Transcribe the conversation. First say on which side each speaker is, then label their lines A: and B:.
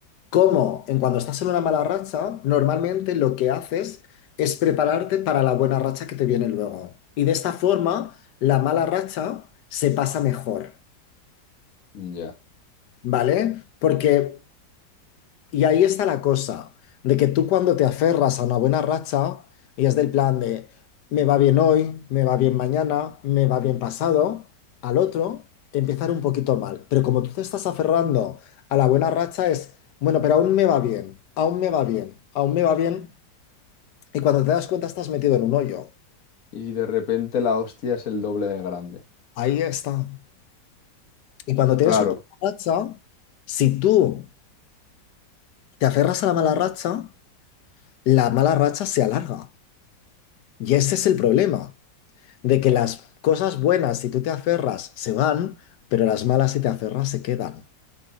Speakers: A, on the left; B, on the left.
A: ¿Cómo? En cuando estás en una mala racha, normalmente lo que haces es prepararte para la buena racha que te viene luego. Y de esta forma, la mala racha se pasa mejor.
B: ya.
A: ¿vale? Porque, y ahí está la cosa, de que tú cuando te aferras a una buena racha, y es del plan de, me va bien hoy, me va bien mañana, me va bien pasado, al otro, empezar un poquito mal. Pero como tú te estás aferrando a la buena racha es, bueno, pero aún me va bien, aún me va bien, aún me va bien, y cuando te das cuenta estás metido en un hoyo.
B: Y de repente la hostia es el doble de grande.
A: Ahí está. Y cuando tienes
B: Claro,
A: una mala racha, si tú te aferras a la mala racha, la mala racha se alarga. Y ese es el problema, de que las cosas buenas, si tú te aferras, se van, pero las malas, si te aferras, se quedan.